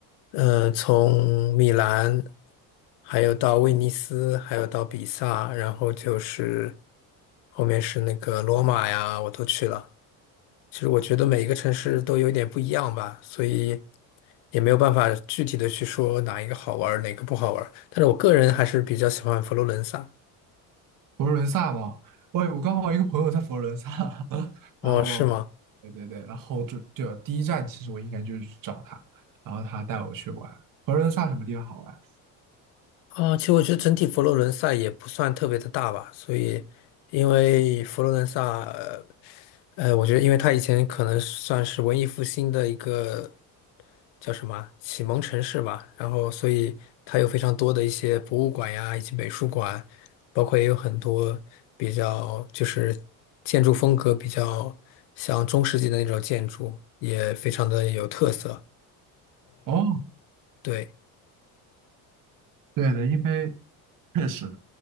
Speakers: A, on the left; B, on the right.
A: 嗯、从米兰，还有到威尼斯，还有到比萨，然后就是后面是那个罗马呀，我都去了。其实我觉得每一个城市都有一点不一样吧，所以也没有办法具体的去说哪一个好玩儿，哪个不好玩儿。但是我个人还是比较喜欢佛罗伦萨。
B: 佛罗伦萨嘛。我我刚好一个朋友在佛罗伦萨，<laughs>
A: 哦，
B: 然后，
A: 是吗？
B: 对对对，然后就就第一站其实我应该就是去找他，然后他带我去玩佛罗伦萨什么地方好玩？
A: 啊，其实我觉得整体佛罗伦萨也不算特别的大吧，所以因为佛罗伦萨呃呃，我觉得因为它以前可能算是文艺复兴的一个叫什么啊启蒙城市吧，然后所以它有非常多的一些博物馆呀，以及美术馆，包括也有很多比较就是建筑风格比较像中世纪的那种建筑，也非常的有特色。
B: 哦，
A: 对。
B: 对的，因为确实，